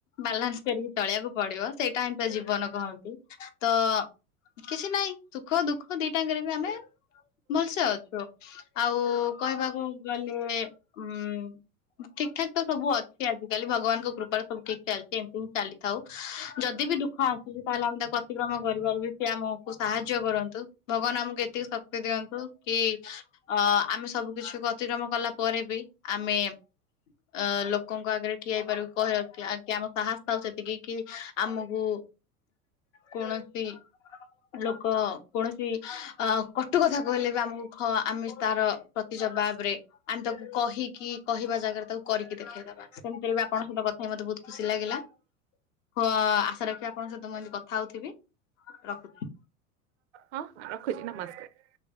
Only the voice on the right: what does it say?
ହଁ ରଖୁଛି ନମସ୍କାର।